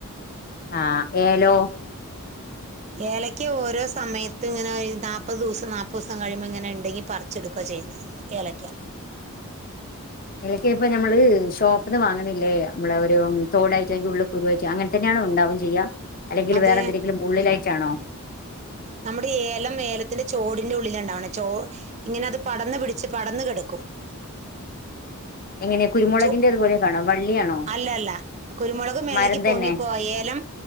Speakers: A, on the left; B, on the right.
A: ആ ഏലോ?
B: ഏലയ്ക്ക ഓരോ സമയത്തും ഇങ്ങനെ നാപ്പത് ദിവസം നാപ്പത് ദിവസം കഴിയുമ്പോൾ ഇങ്ങനെ ണ്ടെങ്കി പറിച്ചെടുക്ക ചെയ്യുന്നത് ഏലക്ക
A: ഏലക്ക ഇപ്പൊ നമ്മള് ഷോപ്പിന്ന് വാങ്ങുന്നില്ലേ നമ്മളെ ഒരു തോടായിട്ട് അതിന്റെ ഉള്ള് കുരുവായിറ്റ് അങ്ങനെ തന്നെയാണോ ഉണ്ടാവും ചെയ്യാ? അല്ലെങ്കിൽ
B: അതെ
A: വേറെ എന്തെങ്കിലും ഉള്ളിലായിട്ടാണോ
B: നമ്മുടെ ഏലം ഏലത്തിന്റെ ചോടിന്റെ ഉള്ളില ഉണ്ടാവണെ ചോ ഇങ്ങനെ അത് പടർന്ന് പിടിച്ച് പടന്ന് കേടക്കും
A: എങ്ങനെ കുരുമുളകിന്റെ
B: ചൊ
A: അതുപോലെ കാണോ വള്ളിയാണോ
B: അല്ല അല്ല കുരുമുളക് മേളേക്ക്
A: മരം തന്നെ
B: പൊങ്ങിപ്പോവാ ഏലം